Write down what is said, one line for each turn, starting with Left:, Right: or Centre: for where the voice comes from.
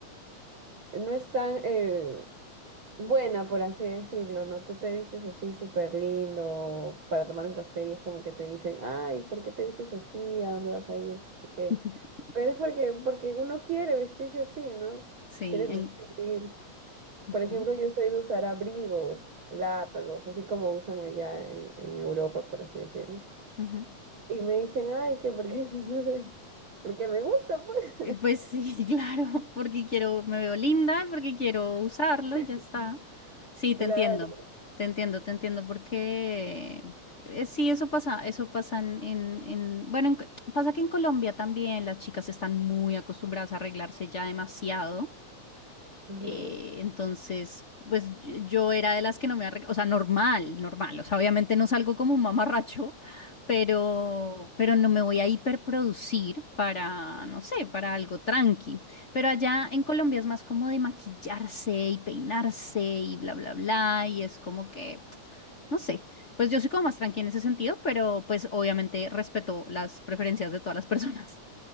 Right: no es tan, eh, buena, por así decirlo, ¿no? Tú te vistes así súper lindo para tomar un café y es como que te dicen, ay, ¿por qué te vistes así? ¿A dónde vas a ir? No sé qué.
Left: <laughs>
Right: Pero es porque, porque uno quiere vestirse así, ¿no?
Left: Sí,
Right: Quiere lucir.
Left: en... ujú,
Right: Por ejemplo, yo soy de usar abrigos largos, así como usan allá en, en Europa, por así decirlo.
Left: ujú.
Right: Y me dicen, ay, que porque, <laughs> no sé, porque me gusta, pues.
Left: Eh, Pues sí, <laughs> claro, porque quiero, me veo linda, porque quiero usarlo
Right: <laughs>
Left: y ya está. Sí,
Right: Claro.
Left: te entiendo, te entiendo, te entiendo, porque eh, sí, eso pasa, eso pasa en, en, en- bueno, en Co- pasa que en Colombia también las chicas están muy acostumbradas a arreglarse ya demasiado.
Right: Ajá.
Left: Eh, entonces, pues y- yo era de las que no me arreglaba, o sea, normal, normal, o sea, obviamente no salgo como un mamarracho, pero, pero no me voy a hiperproducir para, no sé, para algo tranqui. Pero allá en Colombia es más como de maquillarse y peinarse y bla, bla, bla, y es como que, no sé, pues yo soy como más tranqui en ese sentido, pero pues obviamente respeto las preferencias de todas las personas.